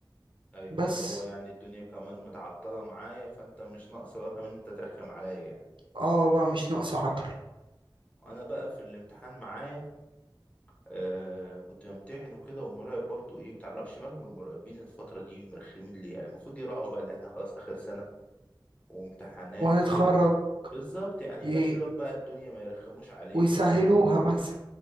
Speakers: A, on the left; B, on the right.
A: ايوه
B: بس
A: اللي هو يعني الدنيا كمان متعطلة معايا فانت مش ناقصة بقى كمان انت ترخم عليا يعني
B: اه بقى مش ناقصة عطل
A: انا بقى في الامتحان معايا آه كنت بمتحن وكده والمراقب برضو ايه متعرفش مالهم المراقبين الفترة دي مرخمين ليه يعني المفروض يراعوا بقى اللي احنا خلاص اخر سنة وامتحانات
B: وهنتخرج
A: وكده بالظبط يعني
B: ايه
A: يمشوا لك بقى الدنيا ما يرخموش عليك
B: ويسهلوها
A: ولا يعملوا
B: مثلا